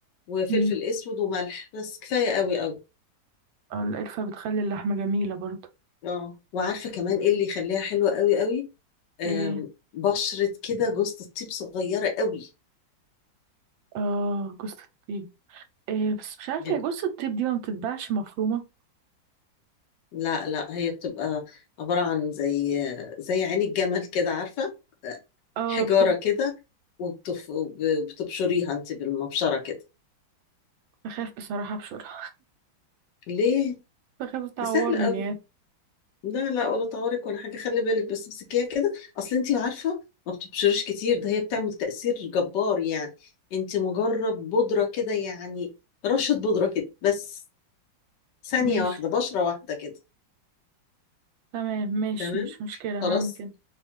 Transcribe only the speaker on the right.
مم.
آه، القرفة بتخلي اللحمة جميلة برضه
ايه
اه جوز الطيب إيه بس مش عارفة
هي جوز الطيب دي ما بتتباعش مفرومة
اه
بتب...
بخاف بصراحة ابشرها
بخاف تعورني
يعني.
ماشي
تمام ماشي
مش مشكلة هعمل
كده